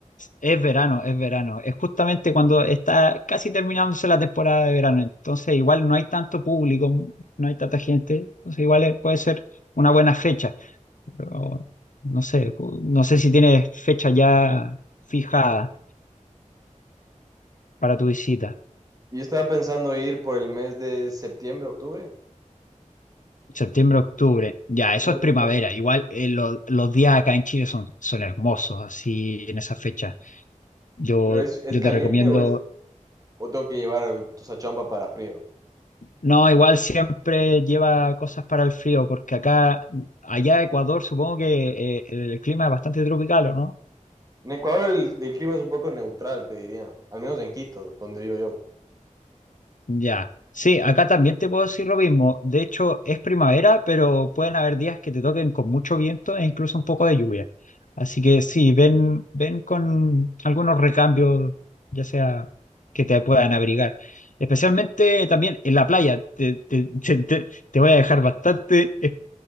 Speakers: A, on the left; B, on the right.
A: es verano, es verano. Es justamente cuando está casi terminándose la temporada de verano. Entonces igual no hay tanto público, no hay tanta gente. Entonces igual eh, puede ser una buena fecha. Pero no sé, no sé si tienes fecha ya fijada para tu visita.
B: Y Yo estaba pensando ir por el mes de septiembre, octubre.
A: Septiembre, octubre. Ya,
B: En
A: eso
B: tres
A: es primavera.
B: meses.
A: Igual eh, lo- los días acá en Chile son, son hermosos, así en esa fecha. Yo,
B: ¿Pero es, es
A: yo
B: caliente
A: te recomiendo.
B: o es O tengo que llevar tu sachompa para frío.
A: No, igual siempre lleva cosas para el frío, porque acá, allá en Ecuador, supongo que eh, el clima es bastante tropical, ¿o no?
B: En Ecuador el, el clima es un poco neutral, te diría. Al menos en Quito, donde vivo yo.
A: Ya. Sí, acá también te puedo decir lo mismo. De hecho, es primavera, pero pueden haber días que te toquen con mucho viento e incluso un poco de lluvia. Así que sí, ven, ven con algunos recambios, ya sea que te puedan abrigar. Especialmente también en la playa. Te, te- <laughs> te- te- te voy a dejar bastante ex-